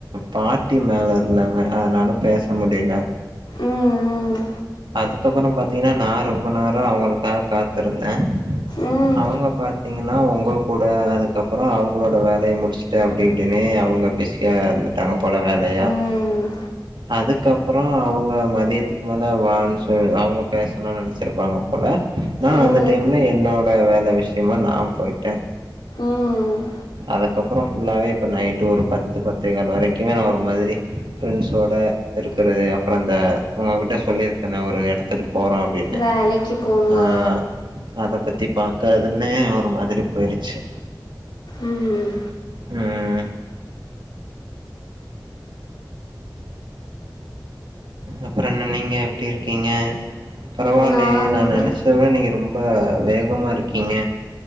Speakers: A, on the right (about 80°); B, on the left (about 85°).
A: பாட்டி மேல இருந்தாங்க அதனால பேச முடியல
B: ம்
A: அதுக்கப்றோ பாத்தீங்கனா நா ரொம்ப நேரோ அவங்களுக்காக காத்திருந்தே
B: ம்
A: அவங்க பாத்தீங்கனா உங்க கூட அதுக்கப்றோ அவங்களோட வேலய முடிச்சு அப்டி இப்டினே அவங்க பிஸியா இருந்துட்டாங்க போல வேலயா
B: உம்
A: அதுக்கப்றோ அவங்க மதியத்துக்கு மேல அவங்க பேசலானு நெனச்சிருப்பாங்க போல நா
B: ம்
A: அந்த டைம்ல என்னோட வேல விஷ முக்கியமா நா போயிட்டே
B: உம்
A: அதுக்கப்பறோ ஃபுல்லாவே இப்ப நைட்டு ஒரு பத்து பத்தே கால் வரைக்குமே நா ஒரு மாதிரி ஃப்ரெண்ட்ஸோட இருக்கறது அப்றோ அந்த உங்ககிட்ட சொல்லிருப் நா ஒரு இடத்துக்கு போறோ அப்டின்னு
B: வேலைக்கு போகணுமா
A: ஆஹ் அத பத்தி பாக்காதுன்னே ஒரு மாதிரி போயிருச்சு
B: உம்
A: உம் அப்றோ என்ன நீங்க எப்டி இருக்கீங்க பரவாயில்லையே
B: நான்
A: நா
B: வந்து
A: நெனச்சத விட நீங்க ரொம்ப வேகமா இருக்கீங்க